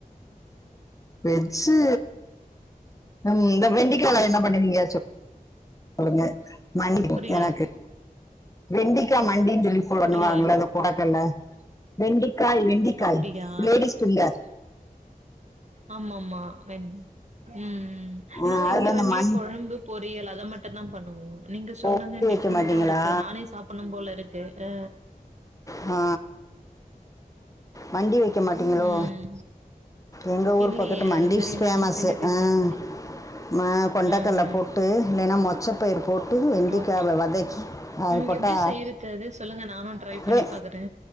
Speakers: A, on the left; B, on the right.
A: வெஜ்ஜு ம் இந்த வெண்டிக்கல என்ன பண்ணிருகிங்கா சொல் சொல்லங்க மண்டி
B: புரியல
A: எனக்கு வெண்டிக்காய் மண்டின்னு சொல்லி போ
B: புரியல
A: ஒண்ணுவாங்கள
B: என்ன
A: அது கொடக்கல்ல வெண்டிக்காய் வெண்டிக்காய்
B: அப்டியா
A: லேடிஸ் பிங்கர்
B: ஆமாமா வேண் ம்
A: ஆ
B: நாங்க
A: அதுல
B: இங்க
A: அந்த
B: வெண்ட்லி
A: மண்
B: கொழம்பு பொரியல் அத மட்டும் தான் பண்ணுவோம் நீங்க சொன்னத
A: மண்டி வைக்க
B: டிஃப்ரெண்டா
A: மாட்டீங்களா
B: இருக்கு நானே சாப்ப பனும் போல இருக்கு ஆ
A: ஆ மண்டி வைக்க மாட்டீங்ளோ
B: ம்
A: எங்கள் ஊர்
B: இல்லியே
A: பக்கட்டு மண்டிஸ்
B: அது மாரி
A: ஃபேமஸ்
B: நாங்க செஞ்சது
A: அ
B: கெடையாது
A: கொண்டக்கல்ல
B: ம் ம்
A: போ ட்டு இல்லனே மொச்சப் பயிர் போட்டு வெண்டிக்காவ
B: ஓகே
A: வதக்கி அது
B: ம்
A: போட்டா
B: எப்டி செய்யறது அது சொல்லுங்க நானு ட்ரை பண்ணி
A: வெ
B: பாக்குறே